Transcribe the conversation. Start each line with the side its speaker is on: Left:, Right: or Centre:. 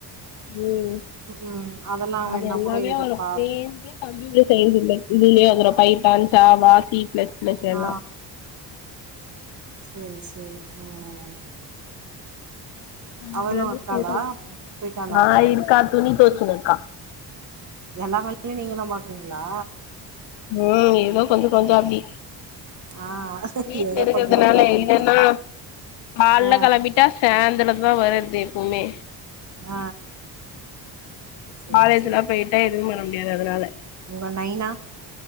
Left: ம்
Right: ம் அதெல்லா வேணா
Left: அது எல்லாமே
Right: கூட எடுத்து
Left: வரு
Right: பாருங்க
Left: சேர்ந்து கம்ப்யூட்டர் சேர்ந்து வரு இதுலயே வந்துரு பைத்தான் சாவா சி பிளஸ் பிளஸ் எல்லா
Right: ஆ சேரி சேரி ம்
Left: <unintelligible>
Right: அவளு இருக்காளா போயிட்டாளா
Left: அ
Right: அவ
Left: இருக்கா துணி தொவச்சுனுருக்கா
Right: எல்லா மணிலயு நீங்க தா பாக்குறீங்ளா
Left: ம் ஏதோ கொஞ்சோ கொஞ்சோ அப்டி
Right: அ
Left: வீட்ல
Right: ஏதோ
Left: இருக்கறதுனால
Right: கொஞ்சோ கொஞ்சோ அப்டி
Left: இல்லன்னா கால்ல
Right: ஆ
Left: கெளம்பிட்டா சாந்திர தா வரது எப்போமே
Right: அ சேரி
Left: காலேஜ்ல்லா
Right: சேரி
Left: போயிட்டு எதுவு பண்ண முடியாது அதனால
Right: உங்க நைனா